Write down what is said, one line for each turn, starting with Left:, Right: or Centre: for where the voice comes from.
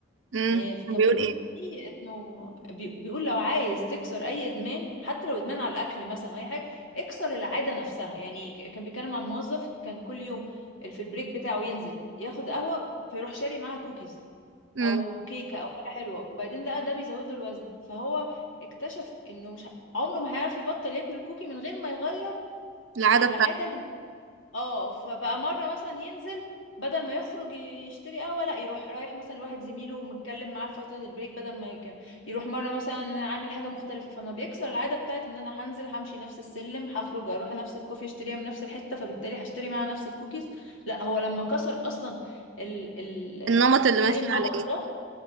Right: امم
Left: آه، كان
Right: بيقول
Left: بيقول
Right: ايه
Left: فيه انه بي- بيقول لو عايز تكسر اي ادمان حتى لو ادمان على الاكل مثلا او اي حاجه اكسر العاده نفسها يعني ك- كان بيتكلم عن موظف كان كل يوم في البريك بتاعه ينزل ياخد قهوه فيروح شاري معاها كوكيز
Right: امم
Left: او كيكه او حاجه حلوه وبعدين لقى ده بيزود له الوزن فهو اكتشف انه مش ه- عمره ما هيعرف يبطل ياكل الكوكي من غير ما يغير
Right: العادة
Left: العاده اه فبقى مرة مثلا ينزل بدل ما يخرج يشتري قهوة لا يروح رايح مثلا لواحد زميله ومتكلم معاه في فترة البريك بدل ما يك... يروح مرة مثلا عامل حاجة مختلفة فما بيكسر العادة بتاعت ان انا هنزل همشي نفس السلم هخرج اروح نفس الكوفي اشتريها من نفس الحتة فبالتالي هشتري معاها نفس الكوكيز لا هو لما كسر اصلا ال... ال...
Right: النمط اللي
Left: زي
Right: ماشي
Left: النمط
Right: عليه
Left: ده